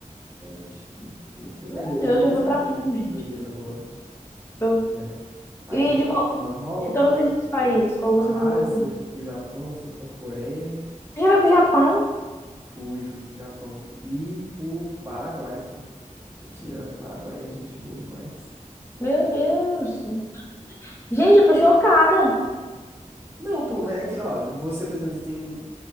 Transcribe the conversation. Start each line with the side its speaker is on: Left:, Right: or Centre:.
Right: acho que foi por
Left: Meu
Right: aí. Tem
Left: Deus,
Right: mais
Left: já foi
Right: algum
Left: pra tudo,
Right: que eu tô
Left: gente.
Right: perdendo agora?
Left: Eu...
Right: Não lembro. Aí
Left: E
Right: depois
Left: de qual...
Right: fui pro Marrocos,
Left: De todos esses
Right: fui
Left: países,
Right: pro
Left: qual
Right: a
Left: você mais gostou?
Right: Ásia, fui pro Japão, fui para Coreia.
Left: Você já foi pro Japão?
Right: Fui, fui pro Japão e pro Paraguai, pô. Tá tirando Paraguai, é gente boa demais.
Left: Meu Deus. Gente, eu tô chocada.
Right: Não, pô, mas é que, ó, você, por exemplo, você tem